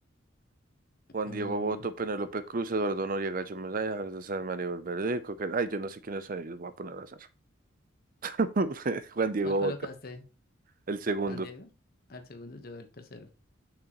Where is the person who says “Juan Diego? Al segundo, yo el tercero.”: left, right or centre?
Left